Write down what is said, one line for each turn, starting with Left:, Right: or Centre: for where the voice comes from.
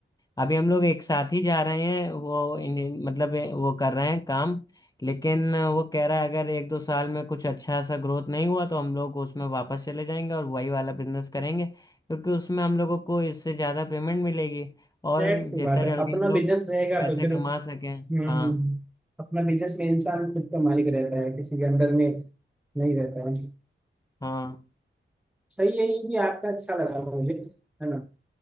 Left: अभी हम लोग एक साथ ही जा रहे हैं वो इन- मतलब ए, वो कर रहे हैं काम लेकिन वो कह रहा है अगर एक दो साल में कुछ अच्छा सा ग्रोथ नहीं हुआ तो हम लोग उसमें वापस चले जाएंगे और वही वाला बिजनेस करेंगे क्योंकि उसमें हम लोगों को इससे ज़्यादा पेमेंट मिलेगी और
Centre: जाहिर सी
Left: जितना
Centre: बात है
Left: जल्दी
Centre: अपना
Left: हम लोग
Centre: बिजनेस रहेगा
Left: पैसे
Centre: तो फिर
Left: कमा
Centre: हम्म
Left: सकें
Centre: हम्म।
Left: हाँ
Centre: हम्म, अपना बिजनेस में इंसान खुद का मालिक रहता है किसी के अंदर में नहीं रहता है
Left: हाँ
Centre: सही है ये भी आपका अच्छा लगा मुझे है ना